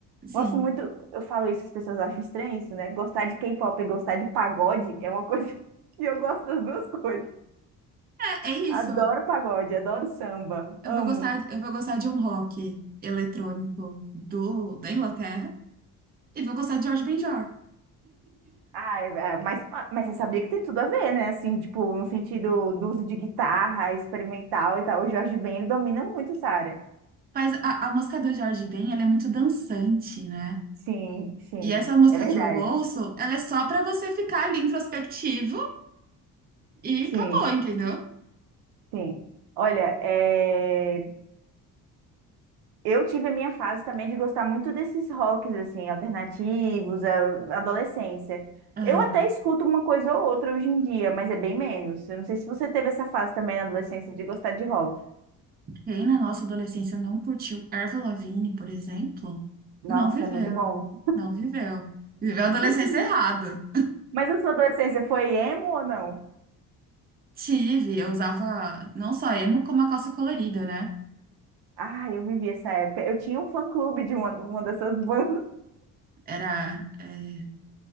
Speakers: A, on the right; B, on the right.
A: sim.
B: Gosto muito, eu falo isso, as pessoas acham estranho isso, né? Gostar de K-pop e gostar de pagode é uma coisa <laughs> que eu gosto das duas coisas.
A: É, é isso.
B: Adoro pagode, adoro samba,
A: Eu
B: amo.
A: vou gostar, eu vou gostar de um rock eletrônico do, da Inglaterra e vou gostar de Jorge Benjor.
B: Ah, é- é, mas, ah, mas você sabia que tem tudo a ver, né? Assim, tipo, no sentido do uso de guitarra experimental e tal. O Jorge Ben, ele domina muito essa área.
A: Mas a, a música do Jorge Ben, ela é muito dançante, né?
B: Sim, sim,
A: E essa música
B: é verdade.
A: que eu ouço, ela é só pra você ficar ali introspectivo e
B: Sim,
A: acabou, entendeu?
B: Sim. Olha, é, eu tive a minha fase também de gostar muito desses rocks, assim, alternativos, a- adolescência.
A: Aham.
B: Eu até escuto uma coisa ou outra hoje em dia, mas é bem menos. Eu não sei se você teve essa fase também na adolescência de gostar de rock.
A: Quem na nossa adolescência não curtiu Avril Lavigne, por exemplo,
B: Nossa,
A: não viveu.
B: é muito bom.
A: Não viveu. Viveu a adolescência
B: <laughs>
A: errado.
B: Mas a sua adolescência foi emo ou não?
A: Tive, eu usava não só emo, como a calça colorida, né?
B: Ah, eu vivi essa época. Eu tinha um fã-clube de uma, uma dessas bandas.
A: Era. É,